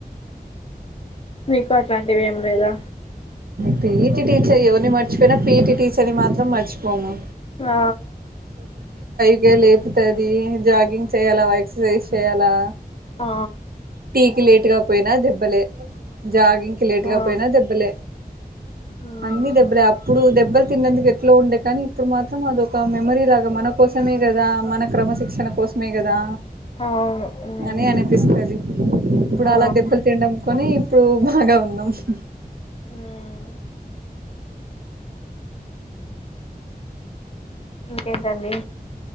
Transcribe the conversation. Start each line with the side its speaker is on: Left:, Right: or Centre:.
Left: మీకు అట్లాంటివి ఏం లేదా
Right: పిటీ టీచర్ ఎవర్ని మర్చిపోయిన పిటీ టీచర్ని మాత్రం మర్చిపోము.
Left: ఆ
Right: ఇగ లేపుతద్ ది జాగింగ్ చేయాల <unintelligible> రేస్ చేయాలా
Left: ఆ
Right: టీ కి లేట్గా పోయినా దెబ్బలే జాగింగ్కి లేట్గా
Left: ఆ
Right: పోయినా దెబ్బలే
Left: మ్మ్
Right: అన్ని దెబ్బలే అప్పుడు దెబ్బల్ తిన్నందుకు ఎట్లో ఉండే కానీ ఇప్పుడు మాత్రం అదొక మెమొరిలాగ మన కోసమే కదా మన క్రమశిక్షణ కోసమే కదా
Left: అవును మ్మ్
Right: అని అనిపిస్తది. ఇప్పుడు
Left: ఆ
Right: అలా దెబ్బలు తినడం కొని ఇప్పుడు బాగా ఉన్నాం. <inaudible>
Left: మ్మ్ ఇంకేంటండి.